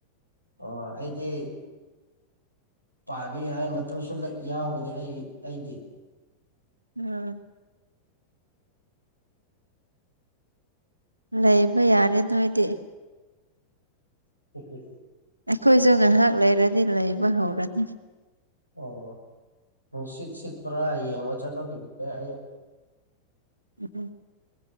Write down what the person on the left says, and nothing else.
ꯑꯣ ꯑꯩꯗꯤ ꯄꯥꯏꯕ ꯌꯥꯏ ꯃꯇꯨꯁꯨ ꯂꯩ ꯌꯧꯕ‌ꯅ‌ꯦ ꯑꯩ ꯑꯩꯗꯤ
<unintelligible>
ꯑꯣ ꯅꯨꯡꯁꯤꯠ ꯁꯤꯠꯄꯔꯥ ꯌꯦꯡꯕ ꯆꯠꯂꯨꯈꯤꯒ‌ꯦ ꯑꯩ